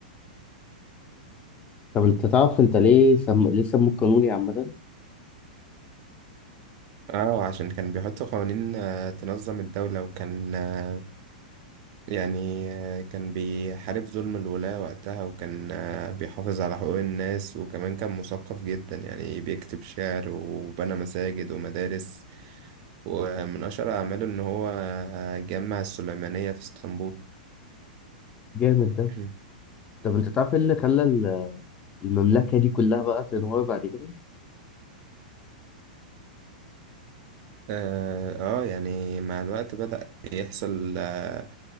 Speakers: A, on the left; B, on the right.
A: طب انت تعرف انت ليه سم... ليه سموه قانوني عامة؟
B: اه عشان كان بيحط قوانين آه، تنظم الدوله وكان آه، يعني آه، كان بيحارب ظلم الولاة وقتها وكان آه، بيحافظ على حقوق الناس وكمان كان مثقف جدا يعني بيكتب شعر وبنى مساجد ومدارس ومن أشهر أعماله إن هو آه، جمع السليمانية في اسطنبول
A: جامد ده
B: <clears throat>
A: طب انت تعرف ايه اللي خلى ال- المملكة دي كلها بقى تنهار بعد كده؟
B: اه آه، يعني مع الوقت بدأ يحصل آه،